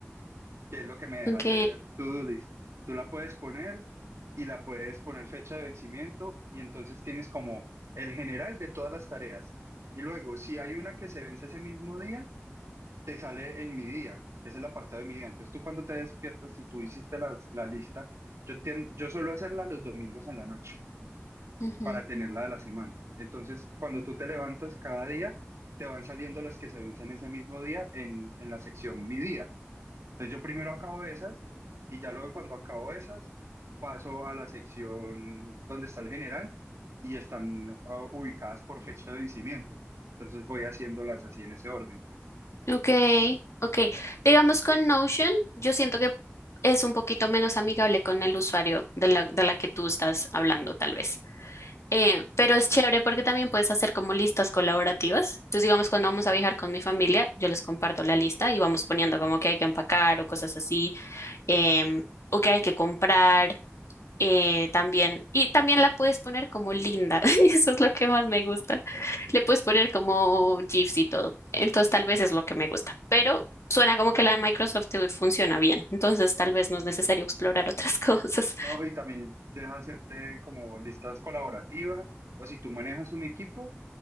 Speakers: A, on the right; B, on the left.
A: que es lo que me deja
B: Ok.
A: hacer to-do list. Tú la puedes poner y la puedes poner fecha de vencimiento y entonces tienes como el general de todas las tareas. Y luego, si hay una que se vence ese mismo día, te sale en mi día, que es el apartado de mi día. Entonces tú cuando te despiertas, si tú hiciste las- la, lista, yo, tien- yo suelo hacerla los domingos en la noche
B: Ujú.
A: para tenerla de la semana. Entonces, cuando tú te levantas cada día, te van saliendo las que se vencen ese mismo día en, en la sección mi día. Entonces yo primero acabo esas y ya luego cuando acabo esas paso a la sección donde está el general y están ah, ubicadas por fecha de vencimiento. Entonces voy haciéndolas así en ese orden.
B: Ok, ok. Digamos con Notion, yo siento que es un poquito menos amigable con el usuario de la, de la que tú estás hablando, tal vez. Eh, pero es chévere porque también puedes hacer como listas colaborativas. Entonces, digamos, cuando vamos a viajar con mi familia, yo les comparto la lista y vamos poniendo como que hay que empacar o cosas así, em, o que hay que comprar eh, también, y también la puedes poner como linda, <laughs> eso es lo que más me gusta. Le puedes poner como GIFs y todo, entonces tal vez es lo que me gusta, pero suena como que la de Microsoft te funciona bien, entonces tal vez no es necesario explorar otras <laughs> cosas.
A: No, y también deja hacerte como listas colaborativas o si tú manejas un equipo,